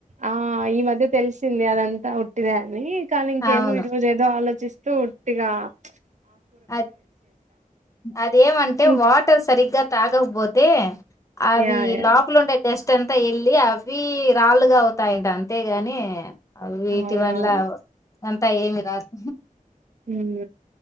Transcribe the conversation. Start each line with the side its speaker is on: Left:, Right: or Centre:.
Right: ఆ ఈ మధ్య తెలిసింది అదంతా ఉట్టిదే అని కానీ ఇంకేమో
Left: అవును
Right: ఈ రోజు ఏదో ఆలోచిస్త స్తు ఉట్టిగా ప్చ్
Left: అద్ అదేమంటే
Right: ఇం
Left: వాటర్ సరిగ్గా తాగకపోతే అవి
Right: యాహ్! యాహ్!
Left: లోపల ఉండేవ్ జస్ట్ అంతా వెళ్ళి అవి రాళ్ళుగా అవుతాయంటా అంతేగాని ఆ వీటి
Right: అవునవును.
Left: వల్ల అంతా ఏమి రాదు
Right: ఊమ్